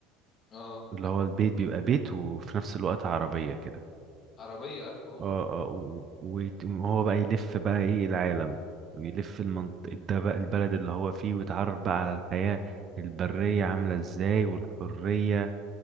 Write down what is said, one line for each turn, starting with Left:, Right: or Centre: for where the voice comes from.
Left: اه
Right: اللي هو البيت بيبقى بيت وفي نفس الوقت عربية كده
Left: عربية عارفه اه
Right: اه اه و- ويت- وهو بقى يلف بقى ايه العالم ويلف المنط... ده بقى البلد اللي هو فيه ويتعرف بقى على الحياة البرية عاملة ازاي والحرية